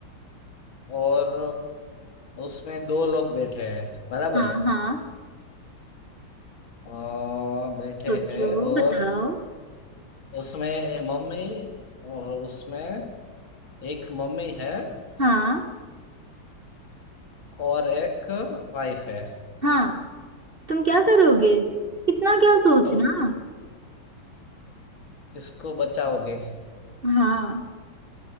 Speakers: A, on the left (about 75°); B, on the right (about 35°).
A: और उसमें दो लोग बैठे हैं बराबर
B: हाँ हाँ
A: आ, बैठे
B: सोचो
A: हैं और
B: बताओ
A: उसमें मम्मी और उसमें एक मम्मी है
B: हाँ
A: और एक वाइफ है
B: हाँ तुम क्या करोगे इतना क्या सोचना
A: तो किसको बचाओगे
B: हाँ